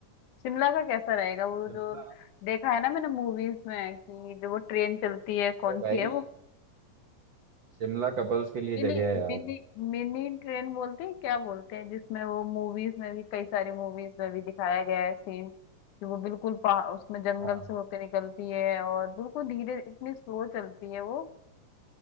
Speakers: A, on the left (about 75°); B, on the right (about 70°).
A: शिमला का कैसा रहेगा वो
B: शिमला
A: जो देखा है ना मैंने मूवीज में कि जो वो ट्रेन चलती है
B: अरे
A: कौन सी
B: भाई
A: है वो
B: शिमला कपल्स के लिए
A: मिनी
B: जगह है यार
A: मिनी मिनी ट्रेन बोलते हैं क्या बोलते हैं जिसमें वो मूवीज में भी कई सारी मूवीज में भी दिखाया गया है सीन कि वो बिल्कुल पहाड़ उसमें जंगल
B: हाँ
A: से होकर निकलती है और बिल्कुल धीरे इतनी स्लो चलती है वो